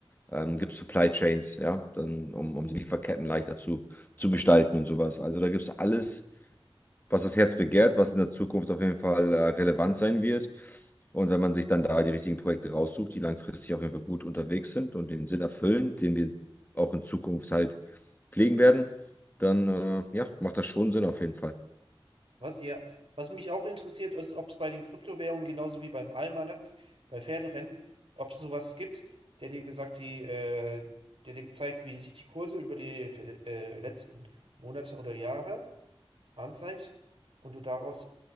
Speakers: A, on the left; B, on the right.
A: Ähm, gibt es Supply Chains, ja, dann, um, um die Lieferketten leichter zu, zu gestalten und sowas. Also da gibt es alles, was das Herz begehrt, was in der Zukunft auf jeden Fall äh, relevant sein wird. Und wenn man sich dann da die richtigen Projekte raussucht, die langfristig auf jeden Fall gut unterwegs sind und den Sinn erfüllen, den wir auch in Zukunft halt pflegen werden, dann äh, ja, macht das schon Sinn auf jeden Fall.
B: Was ihr, was mich auch interessiert, ist, ob es bei den Kryptowährungen genauso wie beim Almanakt, bei Pferderennen, ob es sowas gibt, der dir gesagt, die, äh, der dir gezeigt, wie sich die Kurse über die äh, letzten Monate oder Jahre anzeigt und du daraus